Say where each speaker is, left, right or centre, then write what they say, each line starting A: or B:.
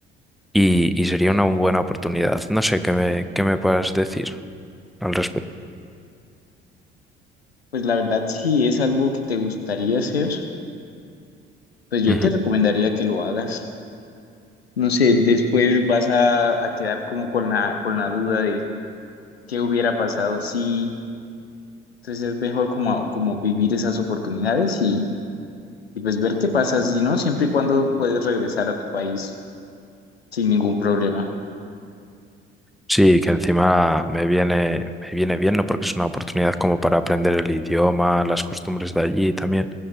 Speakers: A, in the centre; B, on the left.
A: y, y sería una buena oportunidad. No sé qué me, qué me puedas decir al respecto.
B: pues la verdad, si es algo que te gustaría hacer, pues yo
A: Ujú.
B: te recomendaría que lo hagas. No sé, después vas a, a quedar como con la, con la duda de qué hubiera pasado si. Entonces es mejor como, como vivir esas oportunidades y, y pues ver qué pasa, si no, siempre y cuando puedes regresar a tu país sin ningún problema.
A: Sí, que encima me viene, me viene bien, ¿no? Porque es una oportunidad como para aprender el idioma, las costumbres de allí también,